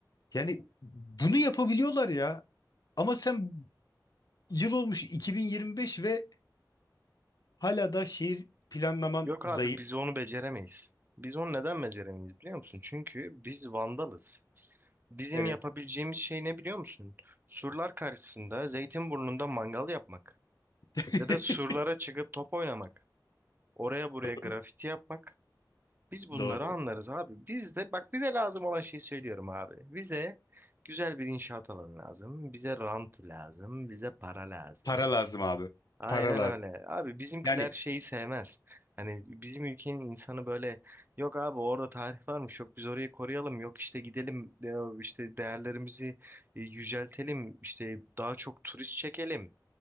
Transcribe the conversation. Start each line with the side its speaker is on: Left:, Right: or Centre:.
Left: yani bunu yapabiliyorlar ya. Ama sen yıl olmuş 2025 ve hala da şehir planlaman
Right: Yok
Left: zayıf.
Right: abi biz onu beceremeyiz. Biz onu neden beceremeyiz biliyor musun? Çünkü biz vandalız. Bizim
Left: Evet.
Right: yapabileceğimiz şey ne biliyor musun? Surlar karşısında Zeytinburnu'nda mangal yapmak.
Left: <laughs>
Right: Ya da surlara çıkıp top oynamak. Oraya buraya
Left: Doğru.
Right: grafiti yapmak. Biz bunları
Left: Doğru.
Right: anlarız abi. Biz de bak bize lazım olan şeyi söylüyorum abi. Bize güzel bir inşaat alanı lazım. Bize rant lazım. Bize para lazım.
Left: Para lazım abi.
Right: Aynen
Left: Para lazım.
Right: öyle. Abi bizimkiler
Left: Yani
Right: şeyi sevmez. Hani bizim ülkenin insanı böyle yok abi orada tarih varmış yok biz orayı koruyalım yok işte gidelim de- işte değerlerimizi e, yüceltelim işte daha çok turist çekelim.